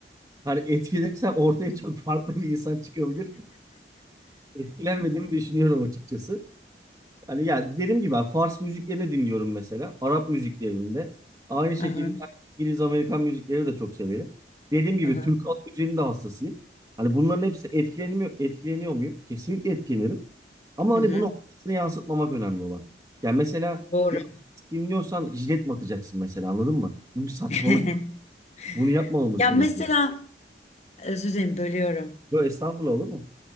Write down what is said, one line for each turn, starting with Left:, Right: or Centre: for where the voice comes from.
Right: hani etkilensem ortaya çok farklı bir insan çıkabilir. Etkilenmediğimi düşünüyorum açıkçası. Hani ya dediğim gibi ben Fars müziklerini dinliyorum mesela. Arap müziklerinde. Aynı şekilde
Left: Aha,
Right: hani İngiliz Amerikan müzikleri de çok severim. Dediğim gibi
Left: aha,
Right: Türk halk müziğinin de hassasıyım. Hani bunların hepsi etkileniyor, etkileniyor muyum? Kesinlikle etkilenirim. Ama
Left: hı
Right: hani
Left: hı.
Right: bunu hayatına yansıtmamak önemli olan. Yani mesela
Left: Doğru.
Right: bir artist dinliyorsan jilet mi atacaksın mesela anladın mı? Bu bir saçmalık.
Left: <laughs>
Right: Bunu yapmamamız
Left: Ya
Right: gerekiyor.
Left: mesela özür dilerim bölüyorum.
Right: Böyle estağfurullah olur mu?